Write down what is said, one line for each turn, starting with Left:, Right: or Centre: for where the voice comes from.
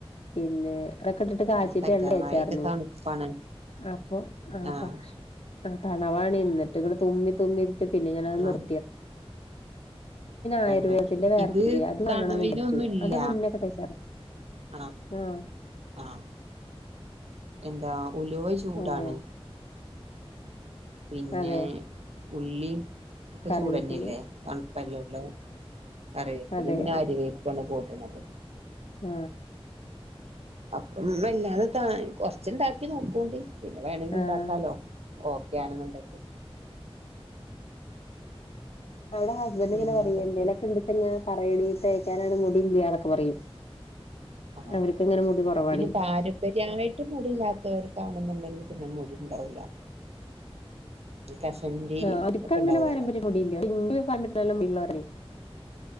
Left: പിന്നെ അതൊക്കെ ഇട്ടിട്ട് കാച്ചിട്ട്
Right: ആഹ് കറ്റാർവാഴയൊക്കെ
Left: എണ്ണേചാർന്നു
Right: തണുപ്പാണ്
Left: അപ്പൊ ആ
Right: ആഹ്
Left: പക്ഷ ആ തണവാണ് എന്നിട്ടങ്ങ്ട് തുമ്മി തുമ്മിട്ട് പിന്നെ ഞാനത് നിർ
Right: ആഹ്
Left: ആയുർവേദത്തിന്റെ
Right: തന്നെ
Left: വേറെ
Right: ഇത്
Left: ചൊടിയ അത്
Right: തണവിനൊന്നുല്ല.
Left: വാങ്ങണംന്ന് വിചാരിച്ചു അത് മുന്നൊക്കെ തേച്ചാർന്നു
Right: ആ
Left: ആഹ്
Right: ആ എന്താ ഉലുവ ചൂടാണ്.
Left: അതെ
Right: പിന്നെ
Left: അതെ
Right: ഉള്ളി ഒക്കെ
Left: കറിവേപ്പില
Right: ചൂടന്നെയല്ലേ തണുപ്പല്ലല്ലോ കറിവേപ്പിലേം
Left: അതെ
Right: പിന്നെ ആരിവേപ്പാണ് കൂട് ണത്.
Left: ആ
Right: അപ്പം വല്ലാതെ ത കൊറച്ച്ണ്ടാക്കി നോക്കോണ്ടി. പിന്നെ വേണെങ്കി
Left: ആഹ്
Right: ഇണ്ടാക്കാലോ ഓക്കെ ആണെന്ന്‌ണ്ടങ്കിൽ.
Left: അവടെ <unintelligible>
Right: പിന്നെന്തൊക്കെയാ
Left: തേക്കാനാണ് മുടി ഇല്ല്യാഒക്കെ പറയും
Right: ആഹ്
Left: അവർക്ക് ഇങ്ങനെ മുടി കുറവാണേ
Right: പിന്നെ പാരമ്പര്യമായിട്ട് മുടി ഇല്ലാത്തവർക്ക് ആണന്നുണ്ടെങ്കിൽ പിന്നെ മുടി ഉണ്ടാവൂല ഈ കഷണ്ടി
Left: ആ അവർക്കങ്ങനെ
Right: ഒക്കെ ഉണ്ടാവുമല്ലോ
Left: പാരമ്പര്യം മുടിയില്ല പക്ഷെ എൻ്റെ പാരമ്പര്യത്തിൽ എല്ലാം മുടി ഉള്ളവരാണ്